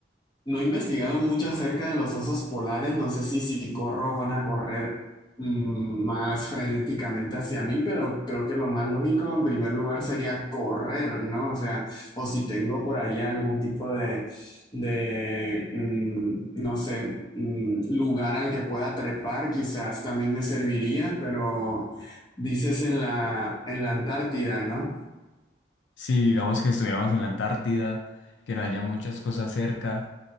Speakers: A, on the left; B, on the left.
A: no he investigado mucho acerca de los osos polares. No sé si si corro van a correr mm, más frenéticamente hacia mí, pero creo que lo más lógico en primer lugar sería correr, ¿no? O sea, o si tengo por allá algún tipo de de, mm, no sé, mm, lugar al que pueda trepar, quizás también me serviría, pero dices en la, en la Antártida, ¿no?
B: Si, digamos, que estuviéramos en la Antártida, que no haya muchas cosas cerca,